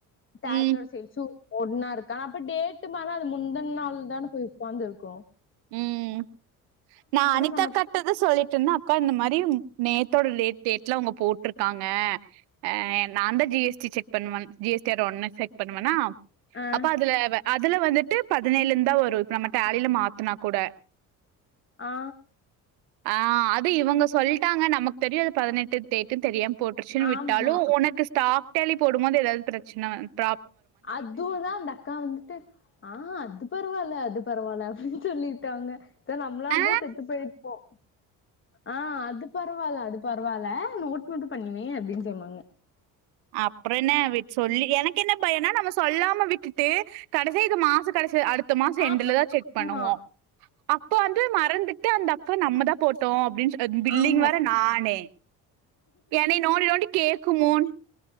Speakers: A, on the left; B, on the right.
A: டேலியோட
B: ம்
A: சேல்ஸு ஒன்னா இருக்கு ஆனா அப்ப டேட்டு மாறுனா அது முந்தன நாள்தான போய் உக்காந்திருக்கு
B: ம் நா அனிதா
A: சொன்னப்
B: அக்காட்டதா சொல்லிட்ருந்தே அக்கா இந்த மாரி ப்டி நேத்தோட டேட் டேட்ல அவங்க போட்ருக்காங்க ஆ நான்தா ஜி எஸ் டி செக் பண்ணுவன் ஜி எஸ் டி லா ஒண்ணா செக் பண்ணுவனா
A: ஆ
B: அப்ப அதுல இதுல வந்துட்டு பதினேழுன்னு தான் வரும் இப்ப நம்ம டேலில மா த்துனா கூட
A: ஆ
B: ஆ அது இவங்க சொல்லிட்டாங்க நமக்கு தெரியும் அது பதினெட்டு டேக்குன்னு தெரியா போட்டுருச்சுன்னு விட்டாலும்
A: ஆமா
B: உனக்கு ஸ்டாக் தேளிபோடும் போது ஏதாவது பிரச்சனை வ
A: அதுவும் தான் அந்த அக்கா வந்துட்டு ஆ அது பரவாயில்ல அது பரவாயில்ல அப்படின்னு சொல்லிட்டாங்க து நம்மளா இருந்தா
B: ஆ
A: செத்து போயிருப்போம் ஆ அது பரவாயில்ல அது பரவாயில்ல நோட் மட்டும் பண்ணி வை அப்படின்னு சொல்லுவாங்க
B: அப்புறம் என்ன சொல்லி எனக்கு என்ன பயனா நம்ம சொல்லாம விட்டுட்டு கடைசி இது மாச கடைசி அடு த்த மாசம்
A: ஆ
B: எண்டுல தான் செக் பண்ணுவோம்
A: ஆமா
B: அப்ப வந்து மறந்துட்டு அந்த கு நம்ம தான் போட்டோம் அப்படின்னு சொ அ பில்லிங்
A: ஆமா
B: வேற நானே என்னை நோண்டி நோண்டி கேட்குமோன்னு